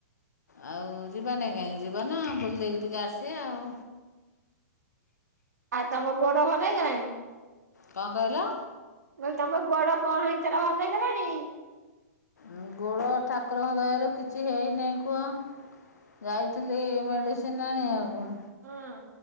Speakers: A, on the left; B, on the right.
A: ଆଉ ଯିବାନାଇଁ କାହିଁକି ଯିବା ନା ବୁଲିଦେଇକି ଟିକେ ଆସିବା ଆଉ।
B: ଆଉ ତମ ଗୋଡ ଭଲ ହେଇଗଲାଣି?
A: କଣ କହିଲ?
B: ମୁଁ କହିଲ ତମ ଗୋଡ କଣ ହେଇଥିଲା ଭଲ ହେଇଗଲାଣି?
A: ଉଁ ଗୋଡ ଠାକୁରଙ୍କ ଦୟାରୁ କିଛି ହେଇନେଇଁ କୁହ। ଯାଇଥିଲି ମେଡ଼ିସିନ ଆଣିବାକୁ।
B: ହଁ।